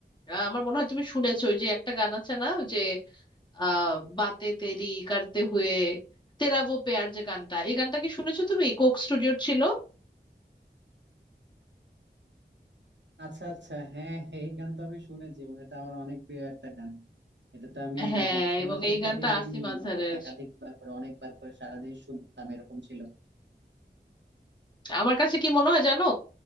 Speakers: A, on the left (about 25°); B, on the right (about 80°).
A: আহ, আমার মনে হয় তুমি শুনেছো ওই যে একটা গান আছে না ওই যে আহ বাতে তেরি করতে হুয়ে তেরা ও পেয়ার যে গানটা এই গানটা কি শুনেছো তুমি কোক স্টুডিওর ছিল
B: আচ্ছা আচ্ছা হ্যাঁ এই গান তো আমি শুনেছি এবং এটা আমার অনেক প্রিয় একটা গান এটা তো আমি
A: হ্যাঁ
B: মানে একসময়
A: এবং
B: তো
A: এই
B: প্রতিদিন
A: গানটা আসিফ আজহারের
B: অ- একাধিকবার করে অনেকবার করে সারাদিন শুনতাম এরকম ছিল
A: আমার কাছে কি মনে হয় জানো